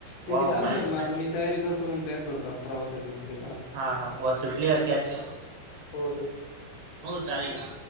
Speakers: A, on the left (about 75°); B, on the right (about 70°).
A: ठीक
B: वाव
A: आहे चालेल
B: नाईस
A: सर मग आता मी तयारी करतो मग बॅग भरतो आता प्रवासाची उद्याच्याला.
B: हा, हा वा सुटली अरे कॅच
A: हो रे
B: हो चालेल ना